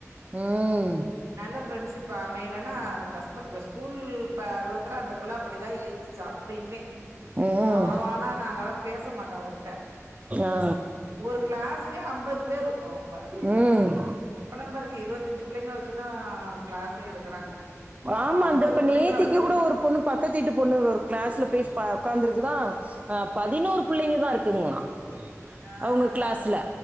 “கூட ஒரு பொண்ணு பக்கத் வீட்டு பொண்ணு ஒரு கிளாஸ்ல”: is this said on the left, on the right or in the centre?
Right